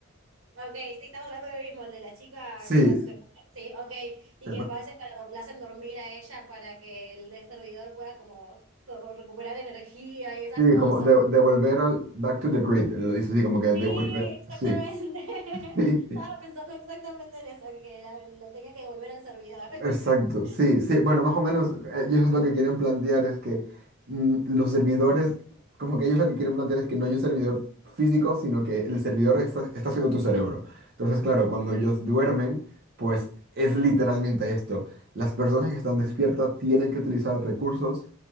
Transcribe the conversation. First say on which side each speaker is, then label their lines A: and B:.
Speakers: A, on the right; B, on the right.
A: Ok, sí, estamos hablando del mismo, el de la chica
B: sí.
A: que casi se muere. Sí, ok, y
B: Tema-
A: que a veces para, dor- la hacen dormir a ella para que el de servidor pueda como, como recuperar energía y esas
B: Sí,
A: cosas.
B: como de- devolver al back to the grid, lo dice así, como que
A: Sí,
B: devolver,
A: exactamente.
B: sí.
A: <laughs>
B: <laughs>
A: Estaba pensando exactamente en eso, en que la, la tenía que devolver al servidor.
B: Exacto,
A: <laughs>
B: sí, sí, bueno, más o menos eh, ellos lo que quieren plantear es que mm, los servidores, como que ellos lo que quieren plantear es que no hay un servidor físico, sino que el servidor está, está siendo tu cerebro. Entonces, claro, cuando ellos duermen, pues es literalmente esto. Las personas que están despiertas tienen que utilizar recursos